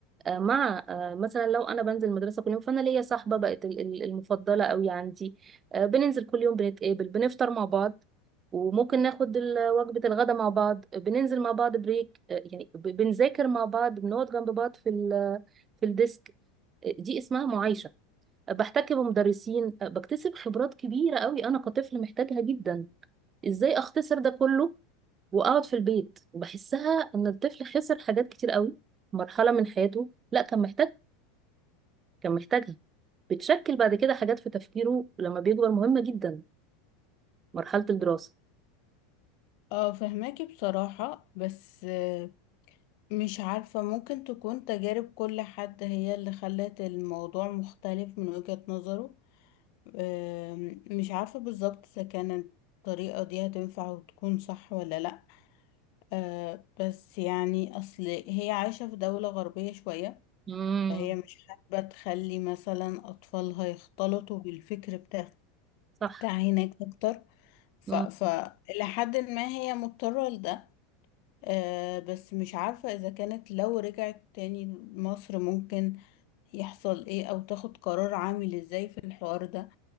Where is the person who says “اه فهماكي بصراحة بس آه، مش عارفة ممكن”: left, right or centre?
Left